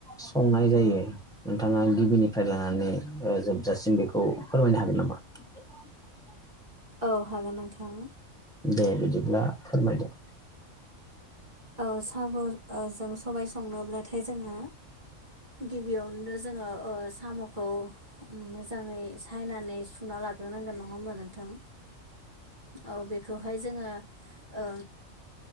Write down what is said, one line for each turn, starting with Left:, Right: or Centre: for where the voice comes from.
Centre: सं नाय जायो नोंथाङा गिबिनिफ्राय लानानै जोबजासिम बेखौ फोरमायनो हागोन नामा? <inaudible>
Right: औ हागोन नोंथां
Centre: दे बिदिब्ला फोरमायदो
Right: ओ साम' जों सबाय संनोब्लाथाय जोंनो गिबियावनोनो जोङो ओ साम'खौ मोजाङै सायनानै सुना ला ग्रो नांगोन नङा होमबा नोंथां? औ बेखौहाय जोङो ओ